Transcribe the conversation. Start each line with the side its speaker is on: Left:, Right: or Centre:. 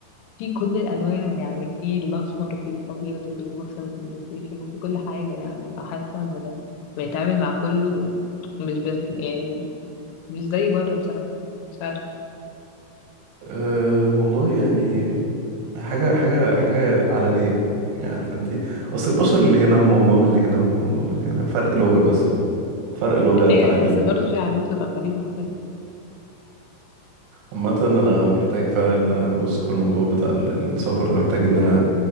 Left: في كل الانواع يعني في الاسمر في الابيض وفي المسلم وفي المسيحي وفي كل حاجه يعني فحاسه ان بنتعامل مع كله مش ب... يعني مش زي بره بصراحه مش عارفه
Right: أه والله يعني حاجة حاجة حاجة عالمية يعني عارفة انتي اصل البشر اللي هنا هم هم هم اللي هنا هم هم هم اللي هنا فرق لغة بس فرق لغة
Left: ايوه
Right: تعليم
Left: ايوه بس برضه في عادات وتقاليد مختلفه
Right: عامة انا محتاج فعلا ان انا ابص في الموضوع بتاع ال- السفر ده محتاج ان انا